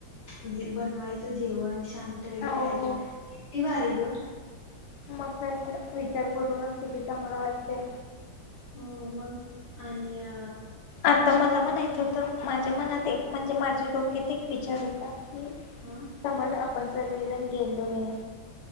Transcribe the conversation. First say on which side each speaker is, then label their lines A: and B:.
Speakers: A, on the left (about 45°); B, on the left (about 75°).
A: म्हणजे बनवायचं जेवण शांत वगैरे
B: हो
A: खायचं किती भारी ग
B: मग काय तर विचार करूनच किती चांगलं वाटतय
A: हो मग आणि अ
B: आता मला म्हणायचं होतं माझ्या मनात एक म्हणजे माझ्या डोक्यात एक विचार होता. कि
A: हा
B: समज आपण सर्वीजण गेलोय